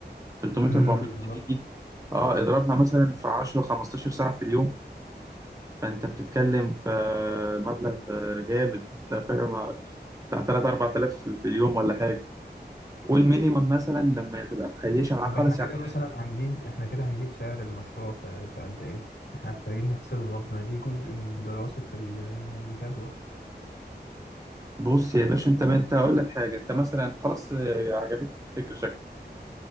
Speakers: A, on the right; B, on the left.
A: 300
B: امم
A: 400
B: بالظبط
A: جنيه دي أه اضربها مثلا في 10 15 ساعة في اليوم فأنت بتتكلم في مبلغ جامد أنت فاهم بتاع 3 4000 في في اليوم ولا حاجة والمينيمم مثلا لما تبقى مخيشة معاك
B: طب
A: خالص
B: احنا كده
A: يعني
B: مثلا هنجيب احنا كده هنجيب سعر المشروع في في قد ايه؟ احنا محتاجين نحسبه برضه ما دي جزء من دراسة ال- الجدوى
A: بص يا باشا أنت أنت أقول لك حاجة أنت مثلا خلاص آه، عجبتك الفكرة شكلك